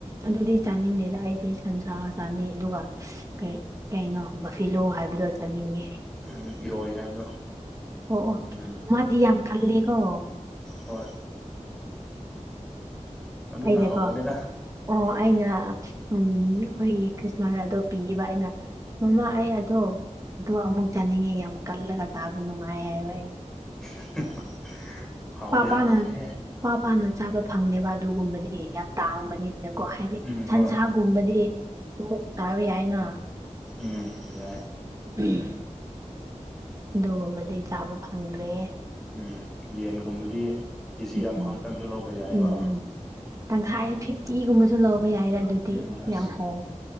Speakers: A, on the right (about 25°); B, in the centre.
A: ꯑꯗꯨꯗꯤ ꯆꯥꯅꯤꯡꯉꯦꯗ ꯑꯩꯗꯤ ꯁꯟꯁꯥ ꯆꯥꯅꯩ ꯑꯗꯨꯒ ꯀꯩ ꯀꯩꯅꯣ ꯕꯐꯤꯂꯣ ꯍꯥꯏꯕꯗꯣ ꯆꯥꯅꯤꯡꯉꯤ
B: ꯎꯝ ꯏꯔꯣꯏ ꯍꯥꯏꯕꯗꯣ
A: ꯑꯣ ꯑꯣ
B: ꯎꯝ
A: ꯃꯥꯗꯤ ꯌꯥꯝ ꯀꯜꯂꯦꯀꯣ
B: ꯍꯣꯏ ꯑꯗꯨꯅ
A: ꯑꯩꯅꯀꯣ
B: ꯍꯥꯎꯕꯅꯦꯗ
A: ꯑꯣ
B: ꯎꯝ
A: ꯑꯩꯅ ꯎꯝ ꯑꯩꯈꯣꯏꯒꯤ ꯈ꯭ꯔꯤꯁꯃꯥꯁ ꯑꯗꯣ ꯄꯤꯕ ꯑꯩꯅ ꯃꯃꯥ ꯑꯩ ꯑꯗꯣ ꯑꯗꯣ ꯑꯃꯨꯛ ꯆꯥꯅꯤꯡꯉꯦ ꯌꯥꯝ ꯀꯜꯂꯒ ꯆꯥꯕ ꯅꯨꯡꯉꯥꯏ ꯍꯥꯏꯕ ꯑꯩꯅ
B: <unintelligible>
A: ꯄꯥ
B: ꯍꯥꯎꯕꯅꯦꯍꯦ
A: ꯄꯥꯅ ꯄ ꯄꯥꯅ ꯆꯥꯕ ꯐꯪꯅꯦꯦꯕ ꯑꯗꯨꯒꯨꯝꯕꯗꯤ ꯌꯥꯝ ꯇꯥꯡꯕꯅꯤ ꯀꯣ ꯍꯥꯏꯗꯤ
B: ꯎꯝ ꯍꯣꯏ
A: ꯁꯟꯁꯥꯒꯨꯝꯕꯗꯤ ꯑꯃꯨꯛ ꯆꯥꯕ ꯌꯥꯏꯅ
B: ꯎꯝ ꯌꯥꯏ
A: ꯎꯝ ꯑꯗꯨꯒꯨꯝꯕꯗꯤ ꯆꯥꯕ ꯐꯪꯗ꯭ꯔꯦ
B: ꯎꯝ ꯌꯦꯟꯒꯨꯝꯕꯗꯤ ꯀꯦꯖꯤ
A: ꯎꯝ
B: ꯑꯃꯈꯛꯇꯪꯁꯨ ꯂꯧꯕ ꯌꯥꯏꯕ
A: ꯎꯝ ꯎꯝ ꯇꯪꯈꯥꯏ ꯐꯤꯐꯇꯤꯒꯨꯝꯕꯁꯨ ꯂꯧꯕ ꯌꯥꯏꯔꯦ ꯑꯗꯨꯗꯤ
B: ꯎꯝ ꯑꯁ
A: ꯌꯥꯝ ꯍꯣꯡꯏ